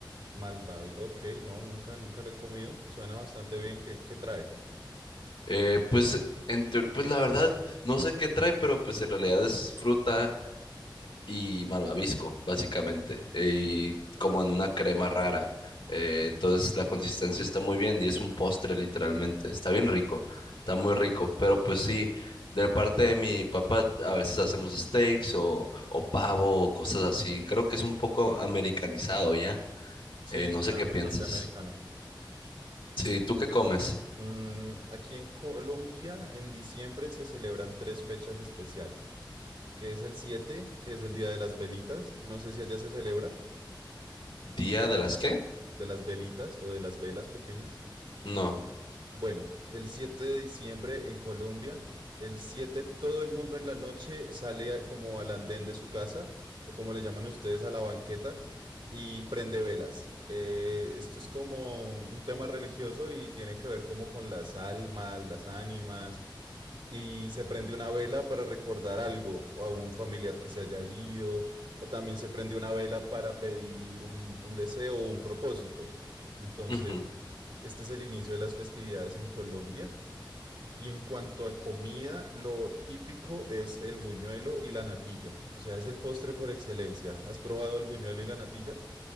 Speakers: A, on the right; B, on the left.
A: Malvavi. Ok, no, nunca, nunca lo he comido. Suena bastante bien. ¿Qué, qué trae?
B: Eh, pues, en teo- pues la verdad, no sé qué trae, pero pues en realidad es fruta. y malvavisco, básicamente, y como en una crema rara. Eh, entonces la consistencia está muy bien y es un postre literalmente. Está bien rico, está muy rico, pero pues sí, de parte de mi papá a veces hacemos steaks o, o pavo o cosas así. Creo que es un poco americanizado ya.
A: Sí,
B: Eh, no
A: suena
B: sé qué
A: bastante
B: pienses.
A: americano.
B: Sí, ¿tú qué comes?
A: Mm, aquí en Colombia, en diciembre se celebran tres fechas especiales, que es el siete? que es el Día de las Velitas. No sé si allá se celebra
B: ¿Día de las qué?
A: de las velitas o de las velas pequeñas.
B: No.
A: Bueno, el 7 de diciembre en Colombia, el 7, todo el mundo en la noche sale a- como al andén de su casa, o como le llaman ustedes a la banqueta, y prende velas. Eh, esto es como un tema religioso y tiene que ver como con las almas, las ánimas, y se prende una vela para recordar algo o a un familiar que se haya ido, o también se prende una vela para pedir un, un deseo o un propósito. Entonces...
B: Ujú.
A: Este es el inicio de las festividades en Colombia. Y en cuanto a comida, lo típico es el buñuelo y la natilla. O sea, es el postre por excelencia. ¿Has probado el buñuelo y la natilla?